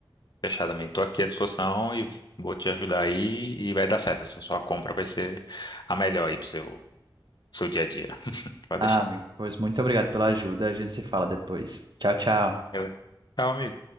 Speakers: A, on the left (about 60°); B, on the right (about 60°).
A: Fechado, amigo. Tô aqui à disposição e vou te ajudar aí e vai dar certo. Essa sua compra vai ser a melhor aí pro seu, seu dia a dia. Pode
B: Ah,
A: deixar.
B: amigo, pois muito obrigado pela ajuda. A gente se fala depois. Tchau, tchau.
A: Beleza. Tchau, amigo.